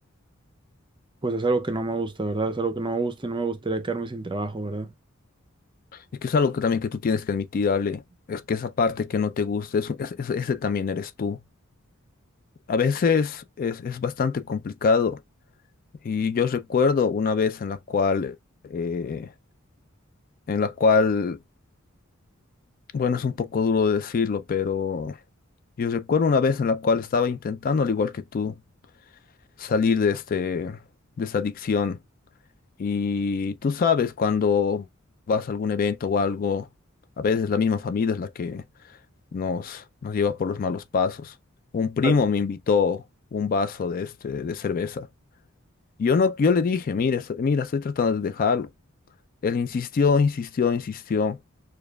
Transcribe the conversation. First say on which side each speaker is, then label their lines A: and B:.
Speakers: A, on the right (about 25°); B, on the left (about 45°).
A: pues es algo que no me gusta, ¿verdad? Es algo que no me gusta y no me gustaría quedarme sin trabajo, ¿verdad?
B: es que es algo que también que tú tienes que admitir, Ale, es que esa parte que no te gusta, es, es- es- ese también eres tú. A veces es, es bastante complicado y yo recuerdo una vez en la cual, eh, en la cual, bueno, es un poco duro decirlo, pero... Yo recuerdo una vez en la cual estaba intentando, al igual que tú, salir de este, de esta adicción. Y tú sabes, cuando vas a algún evento o algo, a veces la misma familia es la que nos, nos lleva por los malos pasos. Un primo
A: Claro.
B: me invitó un vaso de este, de cerveza. Yo no, yo le dije, mira, estoy- mira, estoy tratando de dejarlo. Él insistió, insistió, insistió